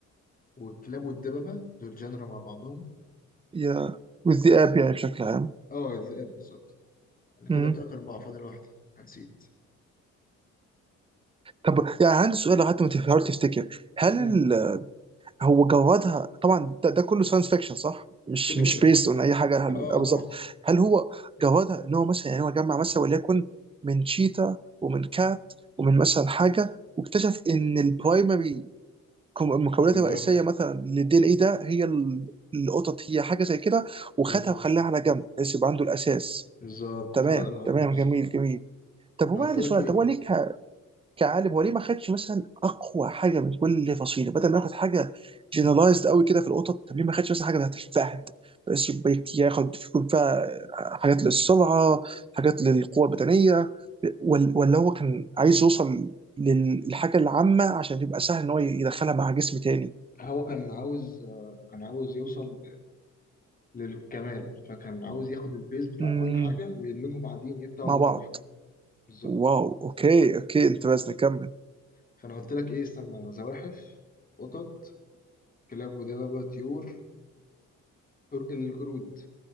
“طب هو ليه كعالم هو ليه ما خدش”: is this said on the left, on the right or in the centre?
Right